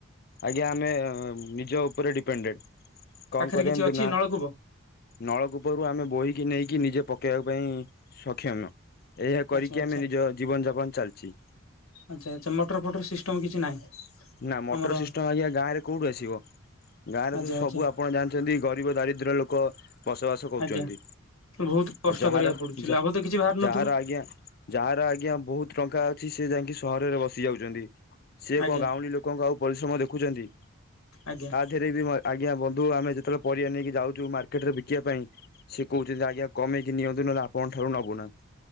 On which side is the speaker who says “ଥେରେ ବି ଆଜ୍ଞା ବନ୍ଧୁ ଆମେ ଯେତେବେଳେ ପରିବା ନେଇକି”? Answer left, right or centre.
Left